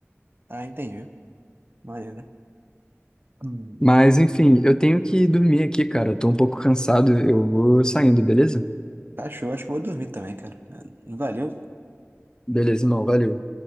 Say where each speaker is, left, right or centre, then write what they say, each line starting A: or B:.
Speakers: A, on the right (about 50°); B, on the left (about 15°).
A: Ah, entendi. Maneiro. Hum,
B: Mas, enfim, eu tenho que dormir aqui, cara. Eu tô um pouco cansado. Eu vou saindo, beleza?
A: tá show, acho que eu vou dormir também, cara. Valeu
B: Beleza, irmão. Valeu.